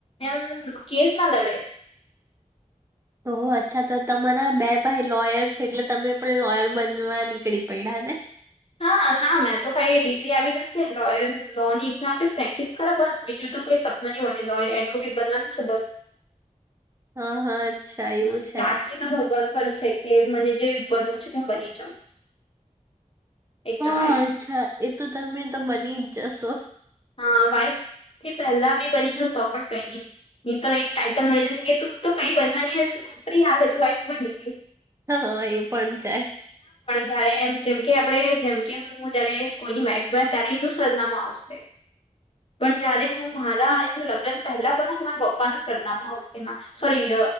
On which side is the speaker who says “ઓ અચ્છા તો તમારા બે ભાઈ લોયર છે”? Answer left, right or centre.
Right